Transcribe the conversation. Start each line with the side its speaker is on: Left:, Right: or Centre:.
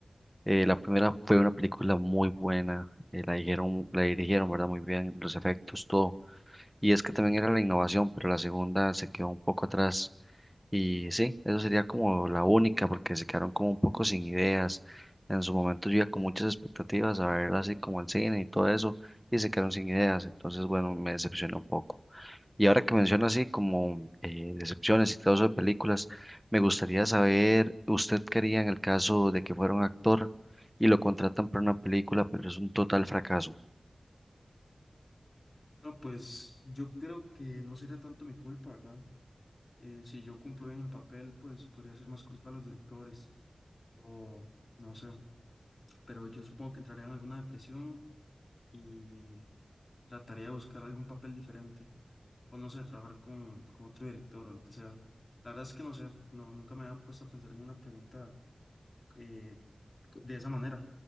Centre: Eh, la primera fue una película muy buena. eh, la dijeron, la dirigieron, ¿verdad? Muy bien, los efectos, todo. Y es que también era la innovación, pero la segunda se quedó un poco atrás. Y sí, eso sería como la única, porque se quedaron como un poco sin ideas. En su momento yo iba con muchas expectativas a ver así como el cine y todo eso, y se quedaron sin ideas. Entonces, bueno, me decepcionó un poco. Y ahora que menciona así como eh, decepciones y todo eso de películas, me gustaría saber, ¿usted quería en el caso de que fuera un actor y lo contratan para una película, pero es un total fracaso?
Left: No, pues yo creo que no sería tanto mi culpa, ¿verdad? Eh, si yo cumplo bien el papel, pues podría ser más culpa a los directores o no sé, pero yo supongo que entraría en alguna depresión y trataría de buscar algún papel diferente. o no sé, trabajar con, con otro director o lo que sea. La verdad es que no sé, no, nunca me había puesto a pensar en una pregunta eh, co- de esa manera.